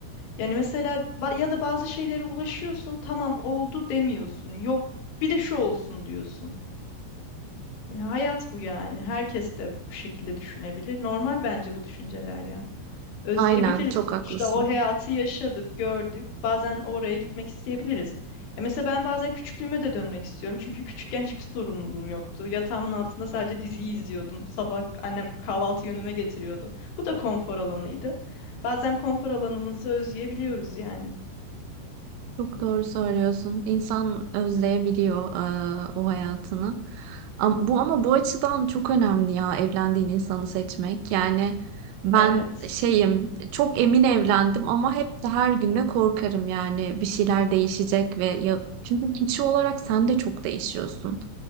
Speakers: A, on the left; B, on the right.
A: Yani mesela ba- ya da bazı şeylere ulaşıyorsun, tamam oldu demiyorsun. Yok bir de şu olsun diyorsun. Ya hayat bu yani. Herkes de bu şekilde düşünebilir. Normal bence bu düşünceler ya. Özleyebiliriz.
B: aynen çok
A: Sonuçta
B: haklısın.
A: o hayatı yaşadık, gördük. Bazen oraya gitmek isteyebiliriz. Ya mesela ben bazen küçüklüğüme de dönmek istiyorum. Çünkü küçükken hiçbir sorumluluğum yoktu. Yatağımın altında sadece diziyi izliyordum. Sabah annem kahvaltı yönüme getiriyordu. Bu da konfor alanıydı. Bazen konfor alanımızı özleyebiliyoruz yani.
B: Çok doğru söylüyorsun. İnsan özleyebiliyor eee, o hayatını. Ama bu ama bu açıdan çok önemli ya evlendiğin insanı seçmek. Yani ben
A: Evet.
B: şeyim çok emin evlendim ama hep de her gün de korkarım yani bir şeyler değişecek ve ya, çünkü kişi olarak sen de çok değişiyorsun.